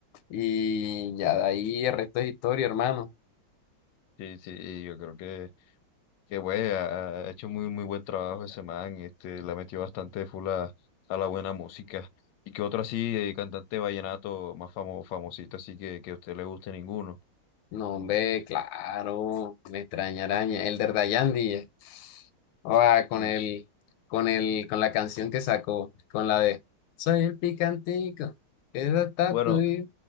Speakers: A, on the left; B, on the left.
A: y ya de ahí el resto es historia, hermano.
B: sí, sí. y Yo creo que, que güey, ha, ha hecho muy, muy buen trabajo ese man. Este, la metió bastante full a, a la buena música. ¿Y qué otro así, eh, cantante vallenato más famo- famosito, así que, que a usted le guste ninguno?
A: No, hombre, claro, me extraña araña. El de Dayandi, eh. Ah, con
B: Uy.
A: el, con el, con la canción que sacó, con la de Soy el picantico, es hasta
B: Bueno,
A: tuyo.